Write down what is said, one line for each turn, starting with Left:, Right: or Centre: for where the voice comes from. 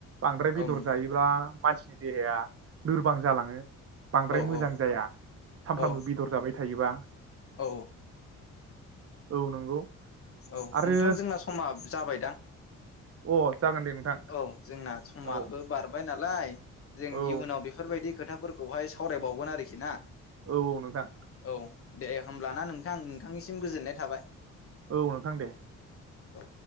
Right: बांद्राय
Left: औ
Right: बेदर
Left: नंगौ
Right: जायोबा मानसिनि देहाया लोरबां जालाङो। बांद्राय
Left: औ
Right: मोजां
Left: औ
Right: जाया सामफ्रामबो
Left: औ
Right: बेदर जाबाय थायोबा।
Left: औ
Right: औ नंगौ।
Left: औ
Right: आरो
Left: नोंथां जोंना समा जाबायदां?
Right: अ। जागोन दे नोंथां
Left: औ जोंना समाबो
Right: औ
Left: बारबाय नालाय। जों
Right: औ
Left: इयुनाव बेफोरबायदि खोथाफोरखौहाय सावरायबावगोन आरोखि ना?
Right: औ औ नोंथां
Left: औ दे। होमब्लाना नोंथां नोंथांनिसिम गोजोननाय थाबाय।
Right: औ नोंथां दे।
Left: औ।